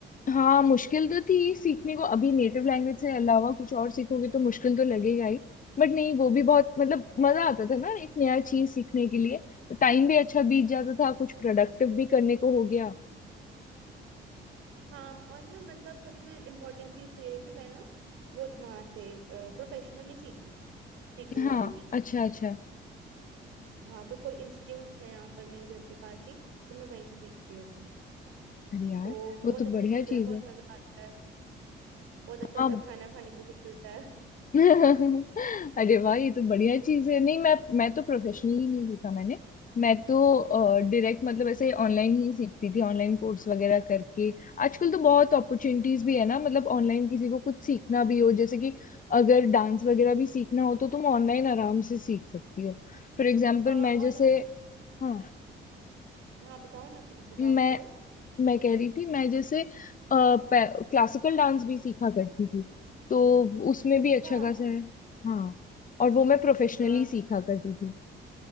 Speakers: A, on the left; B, on the right.
A: हाँ मुश्किल तो थी सीखने को अभी नेटिव लैंग्वेज से अलावा कुछ और सीखोगे तो मुश्किल तो लगेगा ही बट नहीं वो भी बहुत मतलब मजा आता था ना एक नया चीज सीखने के लिए टाइम भी अच्छा बीत जाता था कुछ प्रोडक्टिव भी करने को हो गया
B: हाँ और ना मतलब सबसे इम्पोर्टेंट चीज तो ये है कि मैं ना वो वहां से प्रोफेशनली सीख रही थी सीख रही
A: हाँ
B: हूँ अभी भी
A: अच्छा अच्छा
B: हाँ तो कोई इंस्टीट्यूट्स हैं यहाँ पर मेरे घर के पास ही तो मैं वहीं से सीख रही हूँ
A: अरे यार
B: तो
A: वो
B: बहुत
A: तो
B: अच्छी
A: बढ़िया
B: चीज है
A: चीज
B: बहुत
A: है
B: मजा आता है बहुत अच्छा
A: हाँ
B: अच्छा खाना खाने को भी मिलता है
A: <laughs> अरे वाह ये तो बढ़िया चीज है नहीं मैं मैं तो प्रोफेशनली नहीं सीखा मैंने मैं तो डायरेक्ट मतलब ऐसे ऑनलाइन ही सीखती थी ऑनलाइन कोर्स वगैरह करके आजकल तो बहुत अपॉर्चुनिटीज भी है ना मतलब ऑनलाइन किसी को कुछ सीखना भी हो जैसे कि अगर डांस वगैरह भी सीखना हो तो तुम ऑनलाइन आराम से सीख सकती हो फॉर एग्जाम्पल
B: हाँ
A: मैं
B: और
A: जैसे हाँ
B: हाँ बताओ ना प्लीज बताओ
A: मैं
B: बताओ
A: मैं कह रही थी मैं जैसे क्लासिकल डांस भी सीखा करती थी तो उसमें
B: अच्छा
A: भी अच्छा खासा है हाँ और वो मैं प्रोफेशनली
B: हाँ
A: सीखा करती थी